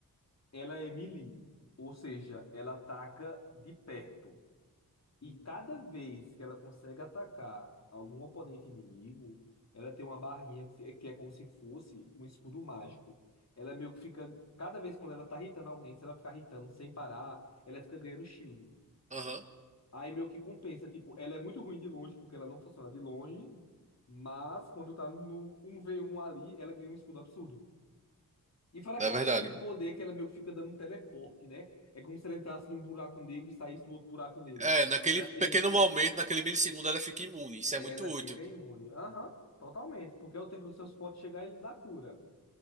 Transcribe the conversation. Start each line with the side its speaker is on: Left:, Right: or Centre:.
Left: ela é melee, ou seja, ela ataca de perto. E cada vez que ela consegue atacar algum oponente inimigo, ela tem uma barrinha que, se- que é como se fosse um escudo mágico. Ela meio que fica. Cada vez quando ela tá irritando alguém, se ela ficar irritando sem parar, ela fica ganhando shield.
Right: Aham,
Left: Aí meio que compensa, tipo, ela é muito ruim de longe porque ela não funciona de longe, mas quando tá no um v um ali, ela ganha um escudo absurdo. E fora
Right: é
Left: que ela
Right: verdade.
Left: tem aquele poder que ela meio que fica dando um teleporte, né? É como se ela entrasse num buraco negro e saísse do outro buraco negro.
Right: É, naquele
Left: Ela
Right: pequeno
Left: tem esse.
Right: momento, naquele milissegundo, ela fica imune. Isso
Left: Ela
Right: é muito útil.
Left: fica imune. Aham, totalmente. Porque é o tempo do seu suporte chegar e ele dá cura.